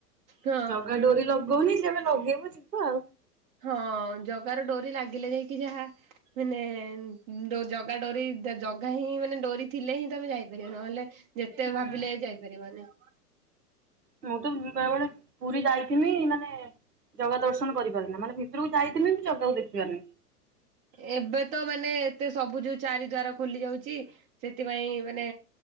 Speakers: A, on the right (about 20°); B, on the right (about 80°).
A: ହଁ
B: ଜଗା ଡୋରି ଲଗଉନି ଯେବେ ଲଗେଇବ ଯିବୁ ଆଉ।
A: ହଁ ଜଗାର ଡୋରି ଲାଗିଲେ ଯାଇକି ଯାହା ମାନେ ଡୋ ଜଗ୍ ଜଗା ଡୋରି ଜଗା ହିଁ ମାନେ ଡୋରି ଥିଲେ ହିଁ ତମେ ଯାଇପାରିବ ନହେଲେ ନାହିଁ ଯେତେ
B: ହୁଁ
A: ଭାବିଲେ ଯାଇପାରିବନି।
B: ମୁଁ ତ ଯିବାବେଳେ ପୁରୀ ଯାଇ ଥିମି ମାନେ ଜଗା ଦର୍ଶନ କରିପାରେନା ମାନେ ଭିତରକୁ ଯାଇଥିମି କିନ୍ତୁ ଜଗାକୁ ଦେଖିପାରେନା।
A: ଏବେ ତ ମାନେ ଏତେ ସବୁ ଯୋଉ ଚାରି ଦ୍ୱାର ଖୋଲି ଯାଉଛି ସେଥିପାଇଁ ମାନେ